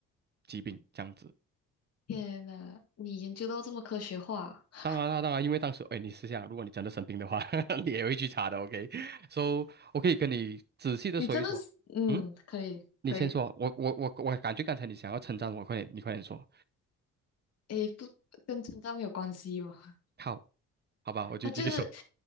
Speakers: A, on the right (about 35°); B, on the left (about 55°).
A: 疾病这样子。
B: 天呐，你研究到这么科学化，<laughs>
A: 当然啦，当然，因为当时，哎，你试下，如果你真的生病的话，<laughs> 你也会去查的，OK？So，我可以跟你仔细的说一说。
B: 你真的是，嗯，
A: 嗯，
B: 可以，
A: 你先说啊，
B: 可以。
A: 我我我我感觉刚才你想要称赞我，快点，你快点说。
B: 诶，不，跟成长没有关系吧？
A: 好，好吧，我就继续说。
B: 他就是，